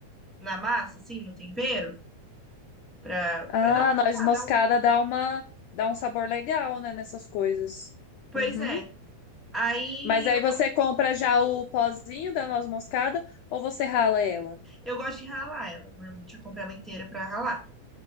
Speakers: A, in the centre; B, on the left (about 85°).
A: na massa, assim, no tempero, pra,
B: Ah,
A: pra dar um,
B: noz
A: ah,
B: moscada
A: dar um.
B: dá uma, dá um sabor legal, né, nessas coisas.
A: Pois
B: Uhum.
A: é. Aí
B: Mas aí
A: eu,
B: você compra já o pozinho da noz moscada ou você rala ela?
A: eu gosto de ralar ela. Normalmente eu compro ela inteira pra ralar.